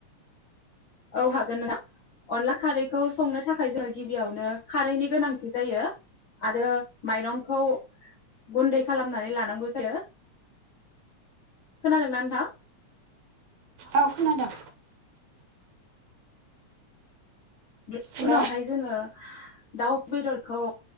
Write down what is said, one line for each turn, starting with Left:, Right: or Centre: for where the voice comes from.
Left: औ हागोन नोंथा अनला खारैखौ संनो थाखाय जोङो गिबियावनो खारैनि गोनांथि जायो आरो माइरंखौ गुन्दै खालामनानै लानांगौ जायो। खोनादोंना नोंथां?
Right: औ खोनादों।
Left: बेनि
Right: हेलौ
Left: उनावहाय जोङो दाउ बेदरखौ